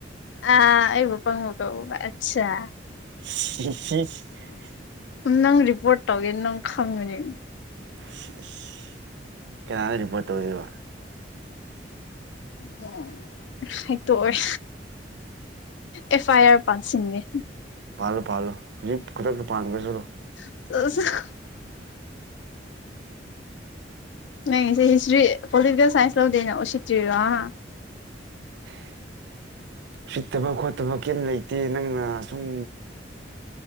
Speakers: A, on the left (about 70°); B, on the right (about 65°).
A: ꯑꯥ ꯑꯩꯕꯨ ꯄꯪꯕ ꯀꯧꯕ ꯑꯠꯁꯆꯥ
B: <unintelligible>
A: ꯅꯪ ꯔꯤꯄꯣꯔꯠ ꯇꯧꯒꯦ ꯅꯪ ꯈꯪꯒꯅꯤ
B: <unintelligible> ꯀꯅꯥꯗ ꯔꯤꯄꯣꯔꯠ ꯇꯧꯗꯣꯏꯕ
A: <inaudible> ꯍꯥꯏꯇꯣꯛ ꯑꯣꯏ ꯑꯦꯐ ꯑꯥꯏ ꯑꯥꯔ ꯄꯥꯟꯁꯤꯟꯒꯦ
B: ꯄꯥꯜꯂꯣ ꯄꯥꯜꯂꯣ ꯍꯧꯖꯤꯛ ꯈꯨꯗꯛꯇ ꯄꯥꯟꯒ꯭ꯔꫭ ꯆꯠꯂꯣ
A: <unintelligible> ꯅꯪꯒꯤꯁꯦ ꯍꯤꯁꯇ꯭ꯔꯤ ꯄꯣꯂꯤꯇꯤꯀꯦꯜ ꯁꯥꯏꯟꯁ ꯂꯧꯗꯦꯅ ꯎꯁꯤꯠ ꯇ꯭ꯔꯤꯔꯣ ꯍꯥ
B: <inaudible> ꯎꯁꯤꯠꯇꯕ ꯈꯣꯠꯇꯕ ꯀꯩꯝ ꯂꯩꯇꯦ ꯅꯪꯅ ꯁꯨꯝ